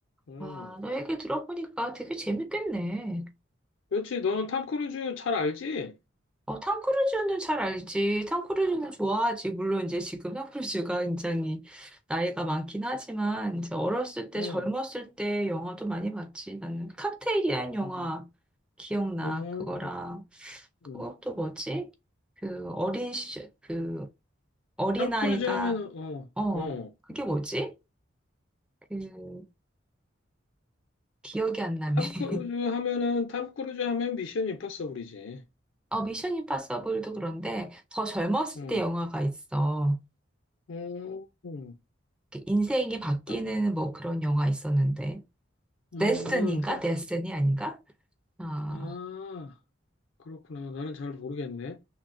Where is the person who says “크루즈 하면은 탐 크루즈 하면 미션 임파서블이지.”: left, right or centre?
Left